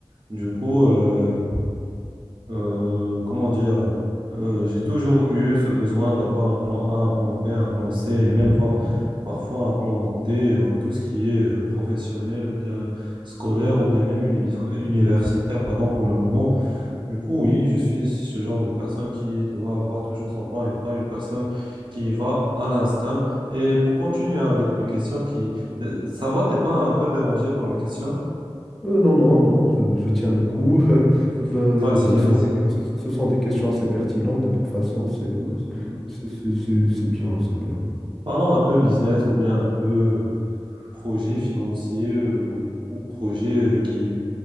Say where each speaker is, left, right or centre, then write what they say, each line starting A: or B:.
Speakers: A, on the right; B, in the centre.
A: Du coup, euh, euh, comment dire, euh, j'ai toujours eu ce besoin d'avoir un plan A, un plan B, un plan C et même voir parfois un plan D en tout ce qui est euh, professionnel ou bien scolaire ou bien même univers- universitaire, pardon, pour le moment. Du coup, oui, je suis ce genre de personne qui doit avoir toujours son plan et pas une personne qui va à l'instinct. Et pour continuer avec mes questions qui... euh, Ça va, t'es pas un peu dérangé par mes questions?
B: Euh, non, non, non, je, je tiens le coup. <laughs>
A: <laughs>
B: Ben,
A: Vas-y,
B: ce sont
A: vas-y.
B: des, ce, ce sont des questions assez pertinentes. De toute façon, c'est,
A: Mm, mhm.
B: c'est, c'est, c'est c'est bien, c'est bien.
A: Parlons un peu business ou bien un peu euh, projet financier euh, ou, ou projet euh, qui